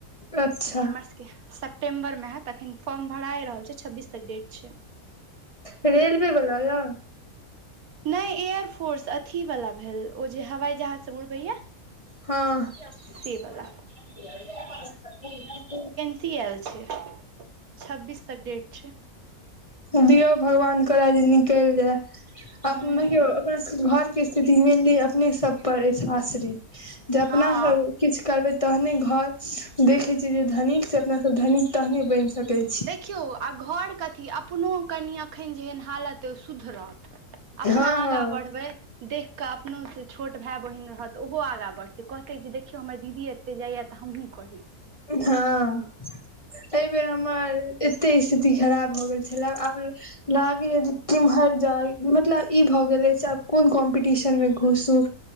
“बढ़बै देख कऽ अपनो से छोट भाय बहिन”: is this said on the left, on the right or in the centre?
Right